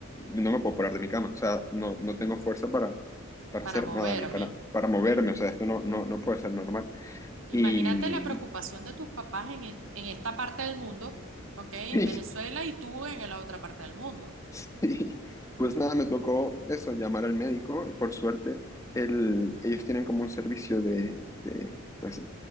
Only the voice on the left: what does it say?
no me puedo parar de mi cama, o sea, no, no tengo fuerza para, para
hacer
nada, ni para, para moverme, o sea, esto no, no, no puede ser normal.
Y,
<laughs>
<laughs> Y pues nada, me tocó eso, llamar al médico. Por suerte, el- ellos tienen como un servicio de, de, pues,